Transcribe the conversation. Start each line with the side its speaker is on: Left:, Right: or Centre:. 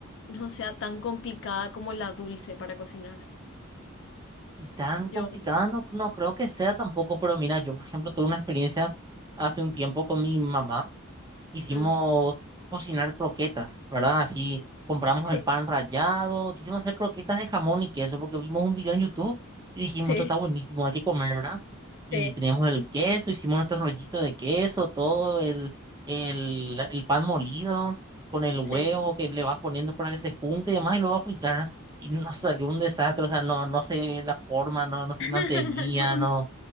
Left: no sea tan complicada como la dulce para cocinar.
Right: Y tan
Left: Yo,
Right: complicada no, no creo que sea tampoco, pero mira, yo por ejemplo tuve una experiencia hace un tiempo con mi mamá. Hicimos
Left: mm,
Right: cocinar croquetas, ¿verdad? Así compramos
Left: Sí,
Right: el pan rallado, quisimos hacer croquetas de jamón y queso porque vimos un video en YouTube y dijimos,
Left: sí,
Right: esto está buenísimo, hay que comer, ¿verdad? Y
Left: sí,
Right: teníamos el queso, hicimos nuestro rollito de queso, todo el, el, el pan molido con el huevo
Left: sí. sí.
Right: que le vas poniendo para que se junte y demás y lo vas a fritar. Y nos salió un desastre, o sea, no, no sé la forma, no, no se
Left: <laughs>
Right: mantenía, no.